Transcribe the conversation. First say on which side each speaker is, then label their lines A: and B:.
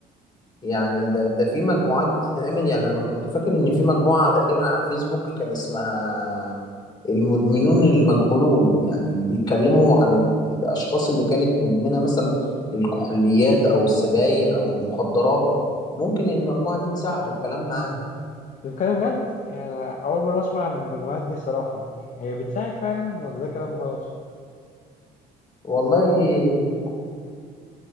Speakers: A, on the left; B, on the left.
A: ويعني ده ده في مجموعات بتتعمل يعني أنا كنت فاكر إن في مجموعة تقريبا على الفيسبوك كان اسمها المدمنون المجهولون يعني بيتكلموا عن الأشخاص اللي كانت مدمنة مثلا للكحوليات أو السجاير أو المخدرات ممكن المجموعة دي تساعده الكلام معاها
B: أنت بتتكلم جد؟ يعني أنا أول مرة أسمع عن المجموعات دي صراحة يعني هي بتساعد فعلا ولا ده كلام وخلاص؟
A: والله